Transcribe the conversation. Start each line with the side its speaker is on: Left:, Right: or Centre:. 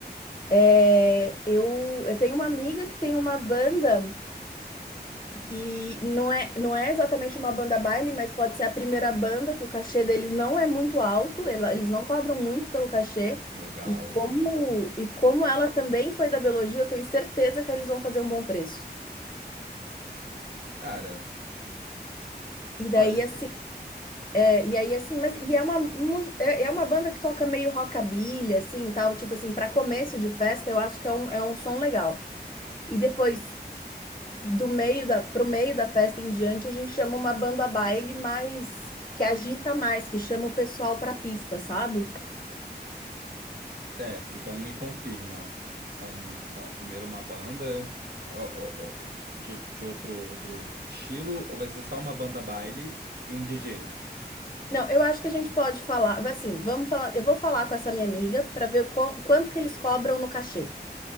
Left: É, eu, eu tenho uma amiga que tem uma banda que não é, não é exatamente uma banda baile, mas pode ser a primeira banda, que o cachê deles não é muito alto, ela- eles não cobram muito pelo cachê.
Right: Legal.
Left: E como, e como ela também foi da biologia, eu tenho certeza que eles vão fazer um bom preço.
Right: Cara.
Left: E daí,
Right: Olha, sim.
Left: assim, é, e aí, assim, mas e é uma, mu- é, é uma banda que toca meio rockabilly, assim, tal, tipo assim, para começo de festa, eu acho que é um, é um som legal. E depois. do meio da, pro meio da festa em diante, a gente chama uma banda baile mais que, que agita mais, que chama o pessoal pra pista, sabe?
Right: certo. Então me confirma. São, são primeiro uma banda ó, ó, ó, de, de outro, outro estilo, ou vai ser só uma banda baile e um DJ?
Left: Não, eu acho que a gente pode falar, assim, vamos falar, eu vou falar com essa minha amiga pra ver qual- quanto que eles cobram no cachê.